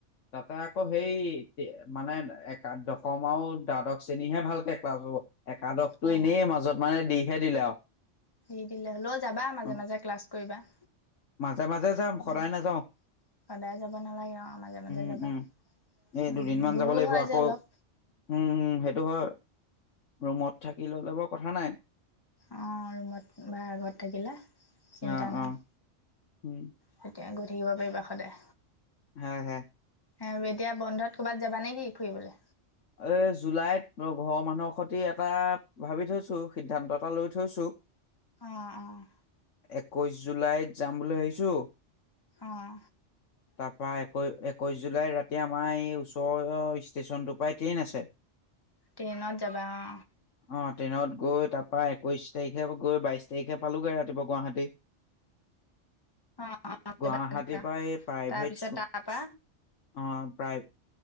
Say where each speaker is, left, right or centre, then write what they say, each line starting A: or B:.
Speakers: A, on the left (about 85°); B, on the left (about 20°).
A: তাতে আকৌ হেৰি মানে এ, দশম আৰু দ্বাদশ শ্ৰেণীহে ভালকে ক্লাছ হ'ব। একাদশটো
B: অ
A: এনেই মাজত মানে দিহে দিলে আৰু।
B: দি দিলে হ'লেও যাবা মাজে
A: উম,
B: মাজে ক্লাছ কৰিবা।
A: মাজে, মাজে যাম
B: উম
A: সদায়ে নাযাওঁ।
B: সদায় যাব নালাগে অ' মাজে মাজে
A: উম
B: যাবা।
A: উম এই
B: উম
A: দুদিনমান
B: দূৰো
A: যাব লাগিব
B: হয়
A: আকৌ,
B: যে অলপ
A: উম উম সেইটো হয়। ৰুমত থাকি ল'লে বাৰু কথা নাই।
B: অ' ৰুমত বা ঘৰত থাকিলে চিন্তা
A: অ',
B: নাই।
A: অ', উম।
B: তেতিয়া গৈ থাকিব পাৰিবা সদায়।
A: ভালহে।
B: আৰু এতিয়া বন্ধত ক'ৰবাত যাবা নেকি ফুৰিবলৈ।
A: এ জুলাইত ঘৰৰ মানুহৰ সৈতে এটা ভাবি থৈছো, সিদ্ধান্ত এটা লৈ থৈছো।
B: অ', অ'।
A: একৈছ জুলাইত যাম বুলি ভাবিছো,
B: অঁ
A: তাৰপৰা একৈ-এক একৈছ জুলাইত ৰাতি আমাৰ এই ওচৰৰ ষ্টেচনটোৰ পৰাই ট্ৰেইন আছে।
B: ট্ৰেইনত যাবা অ'।
A: অ' ট্ৰেইনত গৈ তাৰ পৰা একৈশ তাৰিখে গৈ, বাইশ তাৰিখে পালোগৈ ৰাতিপুৱা গুৱাহাটী।
B: <unintelligible> অ', অ',
A: গুৱাহাটীৰ
B: যাবা
A: পৰাই এই প্ৰাইভেট
B: তাৰপিছত
A: চব-ছ
B: তাৰপা
A: অহ, প্ৰায়